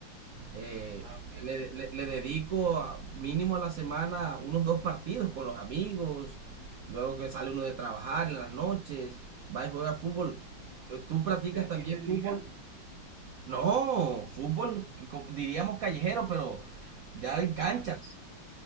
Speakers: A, on the right; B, on the right.
A: Eh,
B: Ah, ok.
A: le, le- le dedico a- mínimo a la semana unos dos partidos con los amigos. Luego que sale uno de trabajar en las noches, va y juega fútbol. Eh, ¿Tú practicas
B: ¿Pero
A: también
B: tienen
A: fútbol?
B: liga?
A: No, fútbol co- diríamos callejero, pero ya en canchas.
B: Ajá.